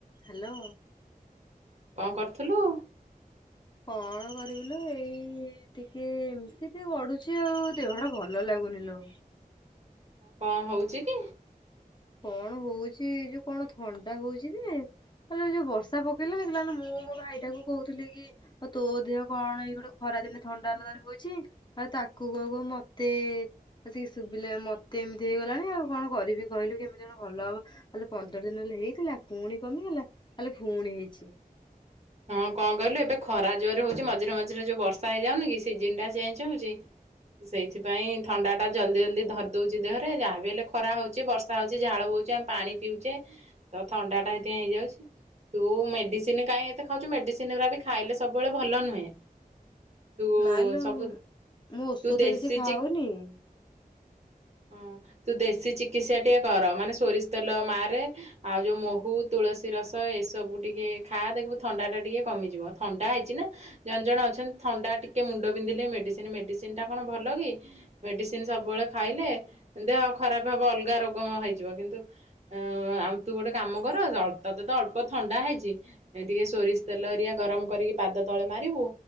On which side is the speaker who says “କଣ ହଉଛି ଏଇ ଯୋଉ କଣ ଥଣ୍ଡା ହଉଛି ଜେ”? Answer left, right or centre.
Left